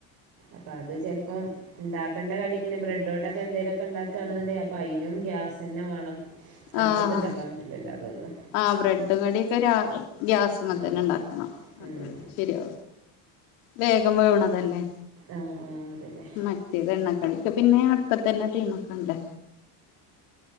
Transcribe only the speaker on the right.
അപ്പൊ അത് ചെൽപ്പം ണ്ടാക്കേണ്ട കടിയക്കെ ണ്ട്. ബ്രെഡ്ട്ടൊക്കെ എന്തേലൊക്കെ ണ്ടാക്കാന്ന് ണ്ടെങ്കി അപ്പൊ അയിനും ഗ്യാസെന്നെ വേണം. അട്പ്പത്ത്ണ്ടാക്കാൻ
റ്റൂലല്ലോ? തന്നെ.
ഉം.
ഉം.
ആഹ് ആഹ് അതന്നെ